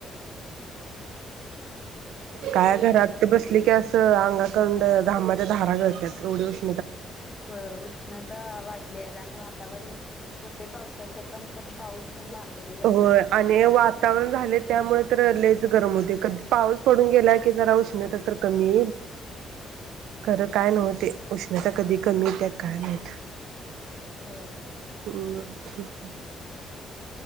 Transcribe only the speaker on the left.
होय उष्णता वाढली आहे आणि वात वातावरण होतय पावसाचं पण पण पाऊस पण लागण झालाय
होय